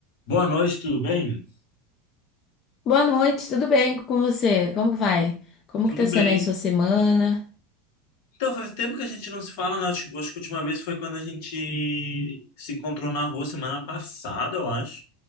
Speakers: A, on the left; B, on the left.
A: Boa noite, tudo bem?
B: Boa noite, tudo bem com você? Como vai? Como
A: Tudo
B: que tá sendo
A: bem?
B: aí sua semana?
A: Então, faz tempo que a gente não se fala, né? Acho, acho que a última vez foi quando a gente se encontrou na rua semana passada, eu acho.